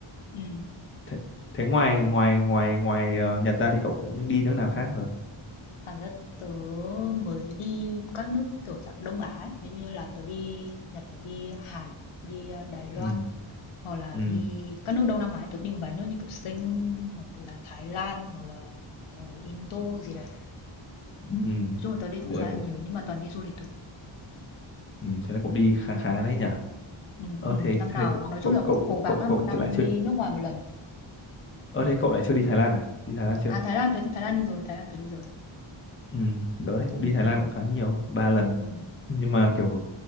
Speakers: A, on the left; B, on the left.
A: Ừ.
B: Thế, thế ngoài ngoài ngoài ngoài ờ, Nhật ra thì cậu cũng đi nước nào khác rồi?
A: Và ra tớ mới đi các nước kiểu dạng Đông Á ấy. Ví dụ như là tớ đi Nhật này, đi Hàn, đi ờ, Đài Loan
B: Ừ.
A: hoặc là
B: Ừ.
A: đi các nước Đông Nam Á tưởng đi một vài nước như kiểu Sing hoặc là Thái Lan hoặc là ờ, Indo gì đấy
B: Ừ.
A: nói chung là tớ đi cũng
B: Thế
A: khá
B: là cũng
A: là nhiều nhưng mà toàn đi du lịch thôi
B: ừ. thế là cũng đi khá
A: ừ,
B: khá đấy nhỉ.
A: ừ,
B: Ờ
A: ừ.
B: thế
A: năm
B: thế
A: nào
B: cậu
A: nói chung
B: cậu
A: là cũng
B: cậu
A: cố gắng
B: cậu
A: là
B: cậu
A: một năm
B: thì lại chưa
A: đi nước ngoài một lần
B: Ờ thế cậu lại chưa đi Thái Lan à? Đi Thái Lan chưa?
A: à Thái Lan tớ Thái Lan đi rồi Thái Lan tớ đi rồi
B: Ừ, đó thì cũng
A: ừ,
B: đi Thái Lan cũng khá nhiều, ba lần.
A: ừ.
B: nhưng mà kiểu